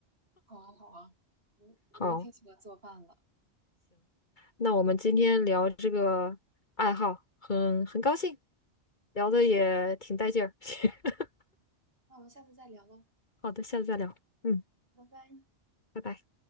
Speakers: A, on the right; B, on the left.
A: 好啊，好啊，嗯，
B: 好。
A: 我挺喜欢做饭的。
B: 那我们今天聊这个爱好，很很高兴，聊的也挺带劲儿。
A: 我也是。
B: <laughs>
A: 那我们下次再聊喽，
B: 好的，下次再聊。嗯，
A: 拜拜。
B: 拜拜。